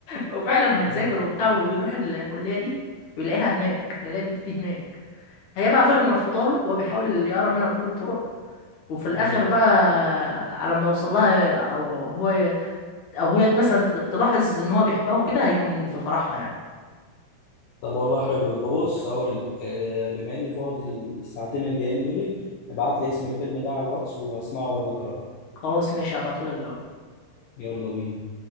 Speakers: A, on the left; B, on the left.
A: وفعلا هيذاكر
B: مم.
A: وبتاع ويروح الكليه دي ويلاقيها هناك هيلاقي البت دي هناك هي بقى هتقعد منفضه له وهو بيحاول يقرب منها بكل الطرق وفي الاخر
B: مم.
A: بقى على ما يوصل لها او هو او هي مثلا تلاحظ ان هو بيحبها وكده هيكون في فرحها يعني
B: طب والله حلو يبقى بص اقول لك آه، بما اني فاضي الساعتين الجايين دول ابعت لي اسم الفيلم ده على الواتس واسمعه واقول لك رأيي
A: خلاص ماشي هبعتهولك دلوقتي
B: يلا بينا